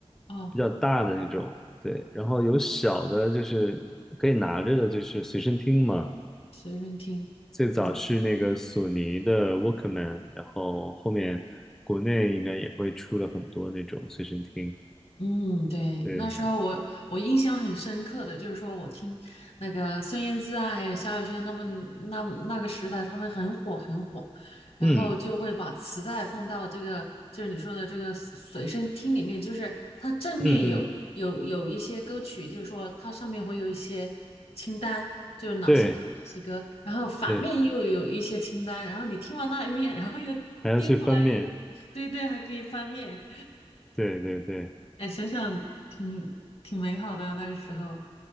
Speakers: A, on the left; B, in the centre.
A: 哦，
B: 比较大的那种，对，然后有小的，就是可以拿着的，就是随身听嘛。
A: 随身听，
B: 最早是那个索尼的
A: 哦。
B: Walkman，然后后面国内应该也会出了很多那种随身听，
A: 嗯，对，
B: 对。
A: 那时候我我印象很深刻的就是说，我听那个孙燕姿啊，还有萧亚轩他们那那个时代，他们很火很火，然后就会把磁带放到这个就是你说的这个随随身听里面，
B: 嗯，
A: 就是它正面有有有一些歌曲，
B: 嗯嗯，
A: 就是说它上面会有一些清单，就是哪些歌哪些歌，
B: 对
A: 然后反面又有一些清单，
B: 对，
A: 然后你听完那一面，然后又颠过来又
B: 还要去翻面，
A: 对对，还可以翻面。
B: 对对对
A: 哎，想想挺挺美好的啊那个时候。